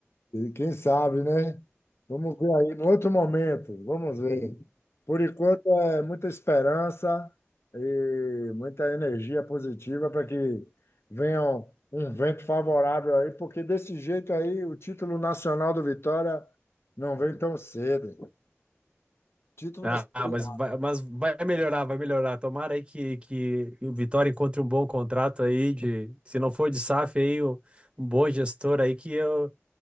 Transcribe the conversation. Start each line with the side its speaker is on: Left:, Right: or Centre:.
Left: quem sabe, né? Vamos ver aí, no outro momento, vamos ver. Por enquanto, é muita esperança e muita energia positiva para que venha um um vento favorável aí, porque desse jeito aí o título nacional do Vitória não vem tão cedo. Título
Right: Ah,
Left: da Série
Right: mas
Left: A.
Right: vai, mas vai melhorar, vai melhorar. Tomara aí que, que o Vitória encontre um bom contrato aí de, se não for de SAF aí, um, um bom gestor aí que eu